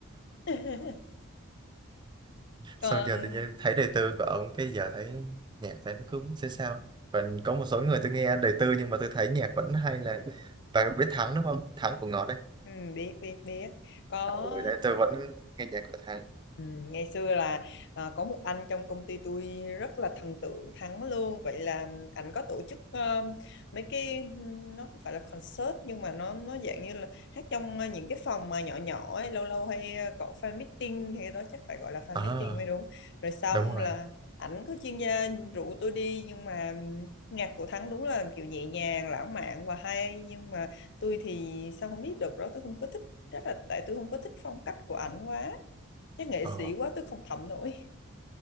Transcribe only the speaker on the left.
<laughs> còn
Ừ, biết biết biết có
Ừ, ngày xưa là à, có một anh trong công ty tôi rất là thần tượng Thắng luôn vậy là anh có tổ chức ờ, mấy cái nó không phải là concert nhưng mà nó nó dạng như là hát trong ờ, những cái phòng mà nhỏ nhỏ ấy, lâu lâu hay ờ, có fan meeting hay đó chắc phải gọi là fan
meeting mới đúng rồi xong
là ảnh cứ chuyên gia rủ tôi đi nhưng mà nhạc của Thắng đúng là kiểu nhẹ nhàng lãng mạn và hay nhưng mà tôi thì sao không biết được đó tôi không có thích chắc là tại tôi không có thích phong cách của ảnh quá chắc nghệ
sĩ quá tôi không thẩm nổi